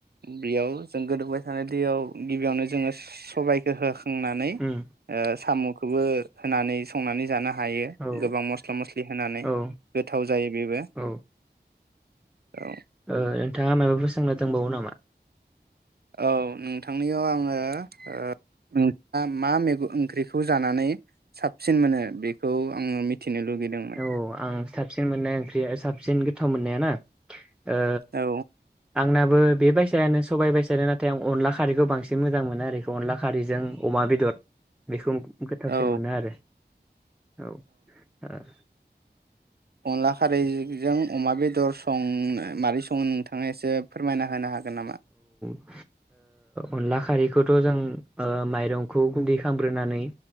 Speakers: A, on the right; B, in the centre.
A: बेयाव जों गोदौबाय थानाय दैयाव गिबियावनो जोङो सबाइखौ हो खांनानै
B: उम
A: ओ साम' खौबो होनानै संनानै जानो हायो
B: औ
A: गोबां मस्ला मस्लि होनानै
B: औ
A: गोथाव जायो बेबो।
B: औ
A: औ।
B: ओ नोंथाङा मायफोर सोंना दोंबावो नामा?
A: औ नोंथांनियाव आङो ओ नोंथाङा मा मैगं ओंख्रिखौ जानानै साबसिन मोनो बेखौ आङो मिथि थिनो लुगैदोंमोन।
B: औ आं साबसिन मोननाया ओंख्रि आरो साबसिन गोथाव मोननाया ना ओ
A: औ।
B: आंनाबो बे बायसायानो सबाइ बायसानो नाथाय आं अनला खारैखौ बांसिन मोजां मोनो आरो अनला खारैजों अमा बेदर। बेखौ गोथावसिन
A: औ
B: मोनो आरो। औ ओ।
A: अनला खारैजों अमा बेदर संनो माबोरै सङो नोंथाङा एसे फोरमायना थानो हागोन नामा?
B: ओ अनला खारैखौथ' जों ओ माइरंखौ गुन्दै खालामग्रोनानै